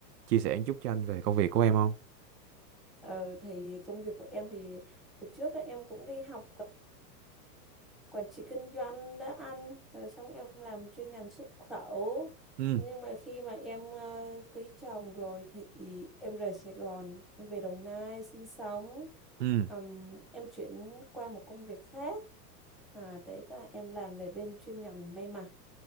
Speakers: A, on the right (about 70°); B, in the centre.
A: chia sẻ một chút cho anh về công việc của em không?
B: Ờ, thì công việc của em thì từ trước ấy, em cũng đi học quản trị kinh doanh đã ăn rồi xong em làm chuyên ngành xuất khẩu
A: Ừ,
B: nhưng mà khi mà em ờ, cưới chồng rồi thì em rời Sài Gòn em về Đồng Nai sinh sống
A: ừ.
B: Ừm, em chuyển qua một công việc khác à đấy là em làm về bên chuyên ngành may mặc